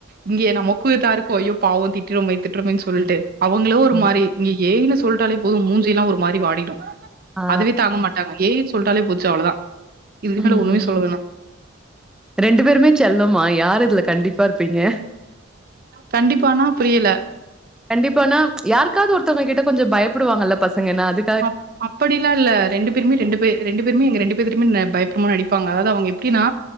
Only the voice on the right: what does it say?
இங்கே நமக்கு இத இருக்கு ஐயோ பாவு திட்ரோமே திட் ரோமே சொல்ட்டு
அவுங்களு ஒரு
மாரி நீ ஏன்னு சொல்ட்டாலே போது மூஞ்சி எல்லா ஒரு மாதிரி வாடிடு
அதுவே தாங்க மாட்டாங்க ஏன்னு சொல்லிட்டாலே போச்சு அவ்ளதா இதுக்கு
மேல ஒண்ணுமே சொல்ல வேண
கண்டிப்பானா புரில
அ அப்படி ல இல்ல ரெண்டு பேருமே ரெண்டு பே ரெண்டு பேருமே எங்க ரெண்டு பேத்துட்டுமே பயப்பர மாரி நடிப்பாங்க அதாவது அவுங்க எப்டினா